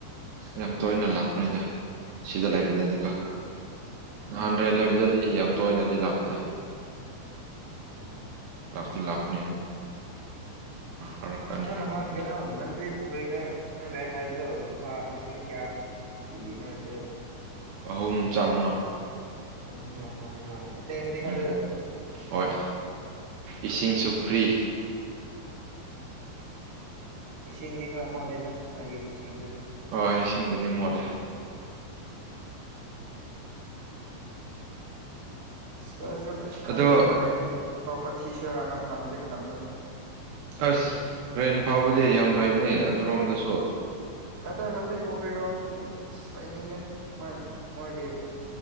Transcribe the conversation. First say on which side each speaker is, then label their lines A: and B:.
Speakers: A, on the right; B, on the right.
A: ꯌꯥꯝ ꯇꯣꯏꯅ ꯂꯥꯛꯄꯅꯤꯗ ꯁꯤꯗ ꯂꯩꯕꯗꯗꯤꯀꯣ ꯅꯍꯥꯟꯗ꯭ꯔꯦꯟ
B: ꯑꯥ
A: ꯂꯩꯕꯗꯗꯤ ꯌꯥꯝ ꯇꯣꯏꯅꯗꯤ ꯂꯥꯛꯇꯦ
B: ꯎꯝ
A: ꯂꯥꯛꯇꯤ ꯂꯥꯛꯅꯤ ꯑꯗꯨꯝ ꯑꯔꯛ ꯑꯅꯤꯔꯛꯀꯨꯝꯕꯗꯤ
B: ꯅꯪ ꯅꯍꯥꯟ ꯀꯩꯅꯣ ꯃꯟꯇ꯭ꯔꯤ ꯄꯨꯈ꯭ꯔꯤꯗ ꯅꯪ ꯔꯦꯟ ꯂꯩꯕꯗꯣ ꯂꯨꯄꯥ ꯂꯤꯁꯤꯡ ꯀꯌꯥ ꯐꯅꯗ
A: ꯑꯍꯨꯝ ꯆꯥꯃꯉꯥ
B: ꯑꯝ ꯆ ꯃꯥꯅꯤꯀꯣ ꯑꯦꯠꯇꯩꯁꯅꯤꯀꯣ
A: ꯎꯝ
B: ꯑꯗꯨꯗ
A: ꯍꯣꯏ ꯏꯁꯤꯡꯁꯨ ꯐ꯭ꯔꯤ
B: ꯏꯁꯤꯡꯗꯤ ꯈꯔ ꯃꯣꯠꯂꯦꯗ ꯅꯣꯏꯒꯤ ꯏꯁꯤꯡꯗꯣ
A: ꯍꯣꯏ ꯏꯁꯤꯡꯕꯨꯗꯤ ꯃꯣꯠꯂꯦ
B: ꯁꯁꯨ ꯑꯁ ꯈꯪꯗꯦꯅ
A: ꯑꯗꯣ
B: ꯔꯦꯟ ꯑꯇꯣꯞꯄ ꯊꯁꯤꯔꯅ ꯈꯟꯗꯦ ꯈꯟ
A: ꯑꯁ ꯔꯦꯟ ꯐꯥꯕꯗꯤ ꯌꯥꯝ ꯂꯥꯏꯕꯅꯦ ꯑꯗꯨꯔꯣꯝꯗꯁꯨ
B: ꯅꯇꯩ ꯃꯟꯇꯤ ꯄꯨꯈ꯭ꯔꯤꯔꯣꯝꯗꯗꯤ ꯂꯩꯅꯤꯡꯗꯦꯅꯦ ꯃꯣꯏ ꯃꯣꯏꯒꯤ